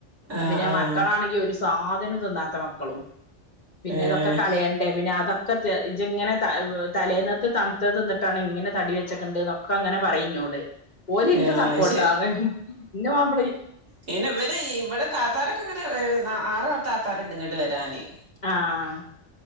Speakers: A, on the right; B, on the left.
A: ആഹ്
B: പിന്നെ
A: ആഹ്
B: മക്കളാണെങ്കി ഒരു സാധനം തിന്നാത്ത മക്കളും പിന്നെ
A: ഏഹ്
B: ഇതൊക്കെ കളയണ്ടേ പിന്നെ അതൊക്കെ ഇജ്ജ് ഇങ്ങനെ ത തലേന്നത്ത് തണുത്ത തിന്നിട്ടാണ് ഇങ്ങനെ തടി വെച്ചക്കണ്ട് ന്നൊക്കെ ങ്ങനെ പറയുന്നോട് ഓലെനിക്ക്
A: ആഹ്
B: സപ്പോർട്ടാണ്
A: അത്
B: ന്റെ മാപ്പള
A: പിന്ന ഇവടെ വിടെ താത്താരൊക്കെങ്ങനെ ആറ താത്താരുണ്ട് ങ്ങോട്ട് വരാന്
B: ആഹ്